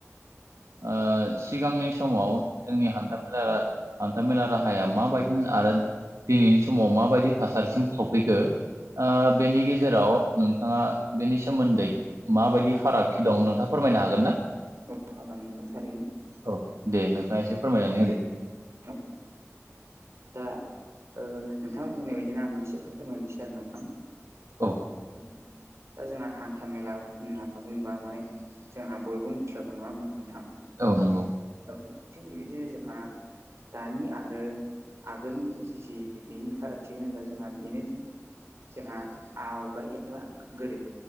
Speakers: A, on the right (about 85°); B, on the right (about 60°).
A: ओ सिगांनि समाव जोंनि हान्थामेला रा हान्थामेला राहाया माबायदिमोन आरो दिनैनि समाव माबायदि थासारिसिम सफैखो ओ बेनि गेजेराव नोंथाङा बेनि सोमोन्दै माबायदि
B: औ
A: फारागथि दं नोंथाङा फोरमायनो हागोन ना
B: औ हागोन नोंथां थारैनो
A: औ दे नोंथाङा एसे फोरमायनानै होदो।
B: औ दा ओ नोंथाङा बुंनाय बायदिनो आं एसे फोरमायनोसै आरो नोंथां।
A: औ
B: औ दा जोंहा हान्था मेला होनना बुंबा माने जोंहा बयबो मिथिखागौ नङा होनबा नोंथां।
A: औ नंगौ
B: औ थिग बेबायदिनो जोंहा दानि आरो आगोलनि जि बेनि फारागथि होनबा जोंहा बेनो जि जोंहा आवगाय एबा गोदो